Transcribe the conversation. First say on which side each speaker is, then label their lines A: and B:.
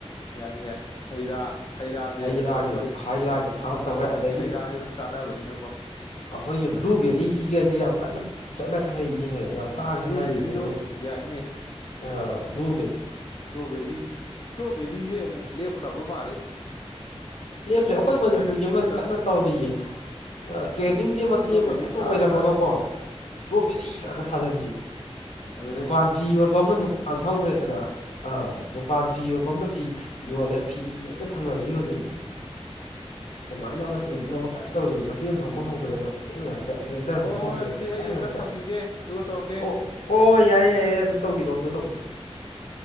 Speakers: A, on the left; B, on the left.
A: ꯌꯥꯏ ꯌꯥꯏ ꯍꯩꯔꯥ ꯍꯩ ꯔꯥꯁꯦ ꯑꯗꯨꯝ
B: ꯔꯥꯒꯤ
A: ꯑꯩꯈꯣꯏ
B: ꯍꯩ ꯔꯥꯒꯤ ꯐꯥꯔꯝ
A: ꯃꯇꯝ
B: ꯇꯧꯋꯦ
A: ꯃꯇꯝꯒꯤ
B: ꯑꯗꯒꯤ
A: ꯍꯩꯔꯥꯁꯦ ꯑꯗꯨꯝ ꯆꯥꯅꯕꯅꯤꯅꯀꯣ
B: ꯑꯩꯈꯣꯏꯒꯤ ꯕ꯭ꯂꯨꯕꯦꯔꯤꯒꯤꯒꯁꯦ ꯌꯥꯝ ꯀꯟꯅ ꯆꯠꯅ ꯈꯜꯂꯛꯏꯅꯦꯍꯦ ꯌꯥꯝ ꯇꯥꯡꯉꯦ
A: ꯕ꯭ꯂꯨꯕꯦꯔꯤꯗꯣ
B: ꯍꯥꯏꯔꯤꯅꯦ ꯑꯩꯈꯣꯏꯒꯤ
A: ꯌꯥꯏꯅꯦ
B: ꯑꯥ ꯕ꯭ꯂꯨ
A: ꯏꯁꯇ꯭ꯔꯣꯕꯦꯔꯤ ꯏꯁꯇ꯭ꯔꯣꯕꯦꯔꯤꯁꯦ ꯑꯃꯨꯛ ꯂꯦꯞꯈ꯭ꯔꯕ ꯃꯥꯜꯂꯦ
B: ꯂꯦꯞꯈ꯭ꯔꯦ
A: ꯍꯧꯖꯤꯛ
B: ꯑꯩꯈꯣꯏ ꯃꯅꯤꯄꯨꯔꯒꯤ
A: ꯗ꯭ꯔꯥꯒꯟ
B: ꯑꯃ
A: ꯐ꯭ꯔꯨꯠꯇ
B: ꯀꯟꯅ ꯇꯧꯔꯤꯌꯦ ꯇ꯭ꯔꯦꯟꯗꯤꯡꯁꯦ
A: ꯑꯥ
B: ꯃꯇꯦꯛ
A: ꯏꯁꯇ꯭ꯔꯣꯕꯦꯔꯤ
B: ꯑꯃ ꯀꯟꯅ
A: ꯊꯥꯔꯒꯅ
B: ꯑꯣꯏꯔꯝꯃꯒꯀꯣ ꯏꯁꯇ꯭ꯔꯣꯕꯦꯔꯤ ꯉꯥꯛꯇ ꯊꯥꯖꯟꯕꯤ
A: ꯑꯗꯣ
B: ꯗꯨꯀꯥꯟ ꯐꯤ ꯌꯣꯟꯐꯝꯗ ꯗꯨꯀꯥꯟ ꯐꯝꯈ꯭ꯔꯦꯗꯅ ꯑꯥ ꯗꯨꯀꯥꯟ ꯐꯤ ꯌꯣꯟꯕ ꯑꯃꯅ ꯐꯤ ꯌꯣꯜꯂꯦ ꯐꯤ ꯑꯇ ꯊꯪꯅꯕꯁꯨ ꯌꯣꯟꯖꯟꯕꯤ ꯁꯨꯃꯥꯏꯅ ꯑꯃ ꯇ꯭ꯔꯦꯅꯤꯡ ꯑꯃ ꯀꯟꯅ ꯇꯧꯔꯤ ꯍꯣꯇꯦꯜ ꯐꯕ ꯍꯧꯈ꯭ꯔꯦ ꯍꯣꯇꯦꯜꯅ ꯚꯦꯟꯗꯔ
A: ꯍꯣꯏ
B: ꯐꯝꯕ
A: ꯍꯣꯏ
B: ꯍꯧꯈ꯭ꯔꯦ
A: ꯑꯗꯨꯗꯤ
B: ꯚꯦꯟꯗꯔ
A: ꯑꯩ ꯑꯝꯇ
B: ꯉꯥꯛꯇ
A: ꯊꯝꯈꯤꯒꯦ ꯑꯗꯨꯒ ꯇꯧꯔꯛꯀꯦ
B: ꯑꯣ ꯑꯣ ꯌꯥꯏꯌꯦ ꯌꯥꯏꯌꯦ ꯑꯝꯇ ꯇꯧꯕꯤꯔꯣꯝ ꯇꯧꯕꯁꯨ
A: ꯎꯝ